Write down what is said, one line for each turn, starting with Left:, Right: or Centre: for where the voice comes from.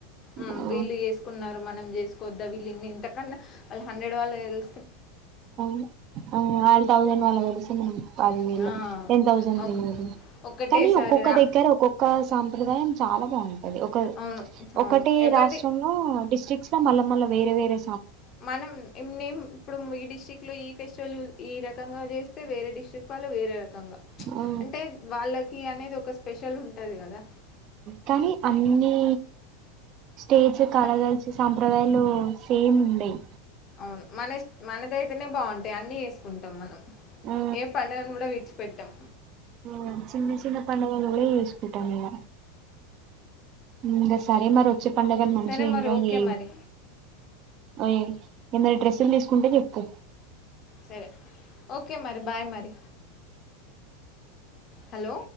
Left: ఉమ్
Right: ఆ
Left: వీళ్ళు చేసుకున్నారు మనం చేసుకోద్దా వీళ ఇంతకన్నా వాళ్ళ హండ్రెడ్ వాళ్ళ వె
Right: ఆవును ఆళ తౌసండ్ వాళ్ళ వెసన్నా పది వేళ
Left: ఆ
Right: టెన్ థౌసండ్దు
Left: ఒ ఒకటేసారి
Right: కానీ ఒక్కొక్క
Left: రా
Right: దగ్గర ఒక్కొక్క సా రివెంజ్ చాలా బావుంటది ఒక
Left: అవును
Right: ఒకటే
Left: అవును ఎవరిది
Right: రాష్ట్రంలో డిస్ట్రిక్ట్ చ్చ మళ్ళ మళ్ళ వేరె వేరె
Left: మనం నేం ఇప్పుడు ఈ డిస్టిక్ లో ఈ ఫెస్టివల్ ఈ రకంగా చేస్తే వేరే డిస్టిరిక్ట్ వాళ్లు వేరేక
Right: ఆ
Left: అంటే వాళ్ళకి అనేది ఒక స్పెషల్ ఉంటుంది కదా
Right: కానీ అన్నీ స్టేజ్ కల
Left: కా
Right: కలిసి సాంప్రదాయాలు సేమ్ ఉండేయి
Left: వు మన మనదైతేనే బావుంటాయి అన్ని ఉంటాం మనం
Right: ఆ
Left: ఏ పలెని కూడా విడిచిపెట్టాం
Right: ఉ చిన్న చిన్న పండగలు కూడా యూస్కుంటం ఇగ ఇంగ సరే మరి వచ్చే పండగలు మంచి
Left: సరే
Right: ఎంజాయ్
Left: మరి ఓకే
Right: చెయు
Left: మరి
Right: ఓయ్ ఏమరి డ్రెస్సులు తీసుకుంటే చెప్పు
Left: సరే ఓకే మరి బాయ్ మరి హలో